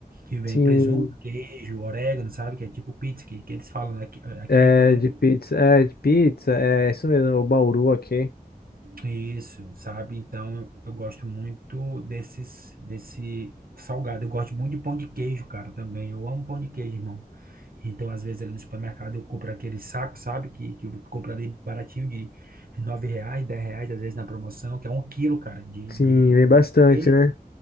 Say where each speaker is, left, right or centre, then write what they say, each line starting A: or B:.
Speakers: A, on the right; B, on the left.
A: que vem
B: Sim,
A: presunto, queijo, orégano, sabe? Que é tipo pizza que, que eles falam, né? Aqui, aqui,
B: é
A: é pelo menos
B: de pizza. É de pizza. É isso mesmo, o Bauru aqui.
A: isso, sabe? Então eu gosto muito desses, desse salgado. Eu gosto muito de pão de queijo, cara, também. Eu amo pão de queijo, irmão. Então, às vezes, ali no supermercado, eu compro aquele saco, sabe? Que, que eu compro ali baratinho de nove reais, dez reais, às vezes na promoção, que é um quilo, cara, de,
B: Sim,
A: de, de
B: vem
A: pão
B: bastante,
A: de queijo.
B: né?